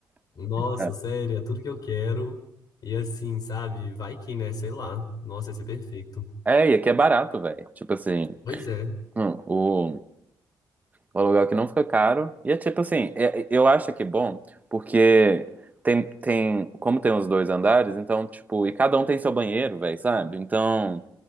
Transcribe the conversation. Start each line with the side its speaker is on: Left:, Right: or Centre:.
Left: Nossa,
Right: É,
Left: sério, é tudo que eu quero. E assim, sabe? Vai que, né? Sei lá. Nossa, ia ser perfeito.
Right: É, e aqui é barato, velho. Tipo assim,
Left: Pois é.
Right: hum, o, o aluguel aqui não fica caro. E é tipo assim, é- é- eu acho que é bom, porque tem, tem, como tem os dois andares, então, tipo, e cada um tem seu banheiro, velho, sabe? Então,